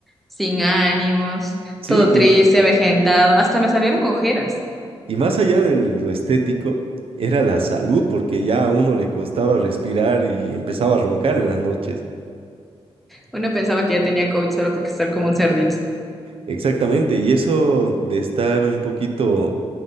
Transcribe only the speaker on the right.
Sí,
y, y más allá de lo estético, era la salud, porque ya a uno le costaba respirar y empezaba a roncar en las noches.
Exactamente, y eso de estar un poquito